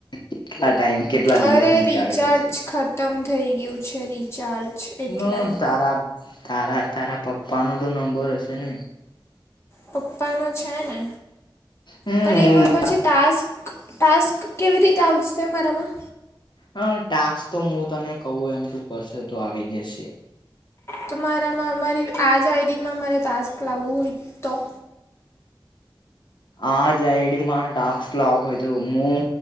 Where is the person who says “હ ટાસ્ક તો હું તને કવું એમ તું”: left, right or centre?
Left